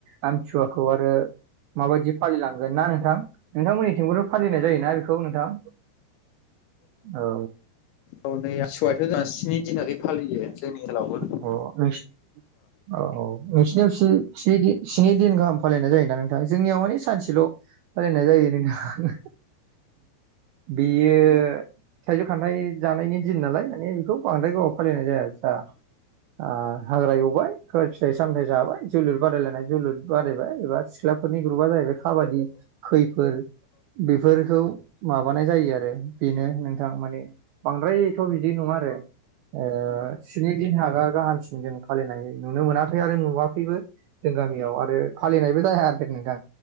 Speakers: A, on the right; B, on the left.
A: आमथिसुवाखौ आरो माबायदि फालिलांगोन ना नोंथां नोंथांमोननिथिंबोथ' फालिनाय जायो। ना बेखौ नोंथां औ
B: औ नै सिवायथ' जोंहा स्नि दिनाखै फालियो जोंनि जोलावबो <unintelligible>
A: औ औ औ नोंसिनियाव स्नि दिन स्नि दिन गाहाम फालिनाय जायोना <unintelligible> जोंनियाव मानि सानसेल' फालिनाय जायो नोंथां। बियो थाइजौ खान्थाइ जानायनि दिन नालाय माने बेखौ बांद्राय गोावाव फालिनाय जाया आस्सा। आ हाग्रा एवबाय फिथाइ सामथाइ जाबाय जोलुर बादायलायनाय जोलुर बादायबाय एबा सिख्लाफोर नि ग्रुबआ जाहैबाय काबादि खैफोरब फोरखौ माबानाय जायो आरो बेनो नोंथां माने बांद्रायथ' बिदि नङा आरो। ओ स्नि दिन हागा गाहामसिन जों फालिनाय नुनो मोनाखै आरो नुवाखैबो। जों गामियाव आरो फालिनायबो जायाखै आरो नोंथां